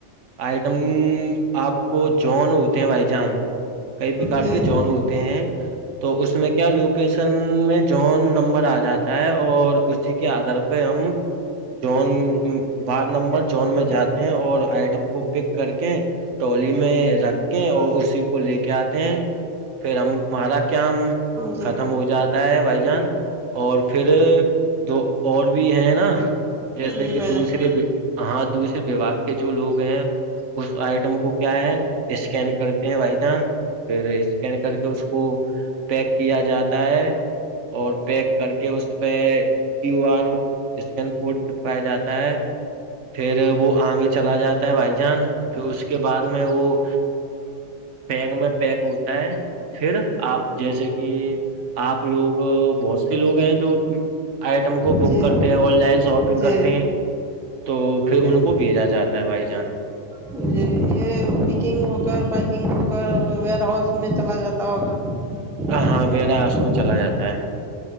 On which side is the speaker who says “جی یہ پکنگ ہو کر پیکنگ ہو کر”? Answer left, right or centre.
Centre